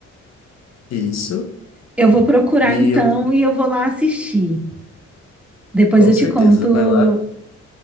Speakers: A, on the left; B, in the centre.
A: Isso.
B: Eu vou procurar
A: E
B: então
A: eu,
B: e eu vou lá assistir. Depois
A: com
B: eu te
A: certeza,
B: conto.
A: vai lá.